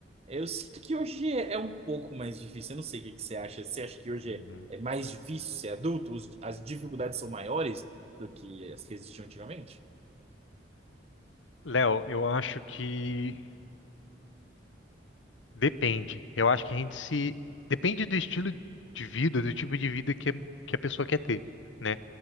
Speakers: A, on the right (about 30°); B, on the left (about 80°).
A: Eu sinto que hoje é é um pouco mais difícil. Eu não sei o que que você acha. Você acha que hoje
B: Uhum.
A: é é mais difícil ser adulto? Os- As dificuldades são maiores do que as que existiam antigamente?
B: Léo, eu acho que Depende. Eu acho que a gente se. Depende do estilo de vida, do tipo de vida que, que a pessoa quer ter, né?